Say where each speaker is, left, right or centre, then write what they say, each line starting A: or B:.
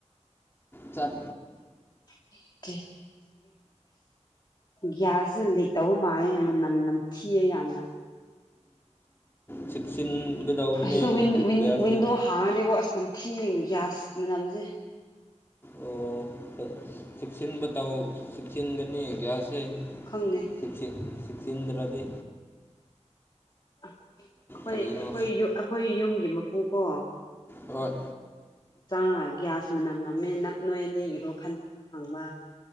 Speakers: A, on the left; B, on the left.
A: ꯆꯠ
B: <unintelligible> ꯒ꯭ꯌꯥꯁꯁꯦ ꯂꯤꯛ ꯇꯧꯕ ꯃꯥꯜꯂꯦ ꯃꯅꯝ ꯅꯝꯊꯤꯌꯦ ꯌꯥꯝꯅ
A: ꯆꯦꯛꯁꯤꯟꯒꯗꯥꯎꯕꯅꯦ
B: ꯑꯁꯤꯗ ꯋꯤꯟ ꯋꯤꯟ
A: ꯒ꯭ꯌꯥꯁꯇꯤ
B: ꯋꯤꯟꯗꯣ ꯍꯥꯡꯉꯗꯤꯀꯣ ꯑꯁ ꯅꯝꯊꯤ ꯒ꯭ꯌꯥꯁ ꯃꯅꯝꯁꯦ
A: ꯑꯣ ꯆꯦꯛꯁꯤꯟꯕ ꯇꯥꯑꯣ ꯁꯤꯁꯤꯒꯥꯅꯤ ꯒ꯭ꯁꯦ
B: ꯈꯪꯗꯦ
A: ꯁꯤꯁꯤ ꯁꯤꯁꯤꯆꯗ꯭ꯔꯗꯤ
B: ꯑꯩꯈꯣꯏ
A: ꯀꯔꯤꯅꯣ
B: ꯑꯩꯈꯣꯏ ꯑꯩꯈꯣꯏ ꯌꯨꯝꯒꯤ ꯃꯄꯨ ꯀꯣ
A: ꯑꯣ
B: ꯆꯪꯉꯒ ꯒ꯭ꯌꯥꯁ ꯃꯅꯝ ꯅꯝꯃꯦ ꯅꯣꯏ ꯑꯅꯤꯒꯤꯔꯣ ꯈ ꯍꯪꯕ